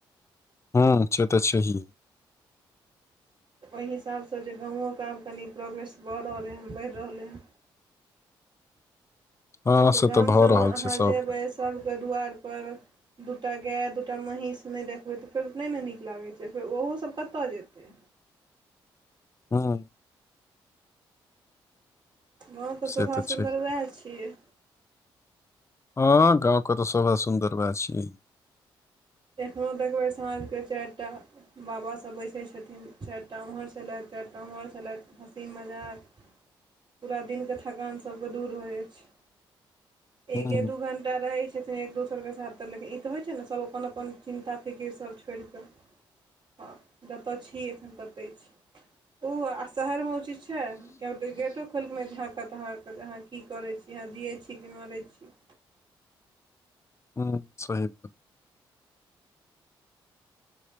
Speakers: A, on the left; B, on the right.
A: हां से तऽ छहीए।
B: ओय हिसाब से जे गाँवो के आब कनि प्रोग्रेस भ रहलै हन, बढ़ रहलै हन।
A: हँ
B: देखियो
A: से
B: गाम
A: तऽ भऽ
B: सबमें
A: रहल
B: अहाँ
A: छै सब
B: जयबै सबके दुआर पर दूटा गाए, दूटा महीस नै देखबै तऽ फेर उ नै नै नीक लागै छै फेर ओहो सब कतय जेतय।
A: हां।
B: गाँव के शोभा-सुन्दर
A: से तऽ छै
B: वैह छियै।
A: हां गाँव के तै शोभा सुन्दर वैह छियै।
B: एखनो देखबै साँझ के चाएर टा बाबा सब बैसै छथिन चाएर टा उम्हर छलैथ, चार टा उम्हर छलैथ, हँसी-मजाक पूरा दिन के थकान सबके दूर भ जाय छै।
A: हूँ
B: एके दू घण्टा रहय छथिन एक दोसर के साथ तै लेकिन ई तऽ होय छै नै सब अपन अ पन चिन्ता फीकीर सब छोड़ि कै हां जता छी एखन ततैय छी। उ आ शहर मे उ चीज छै कियो ई गेटो खोएल कै नै झाकत अहां के अहां की करै छी, अहां जियै छी की मरय छीयै।
A: हुं सही बात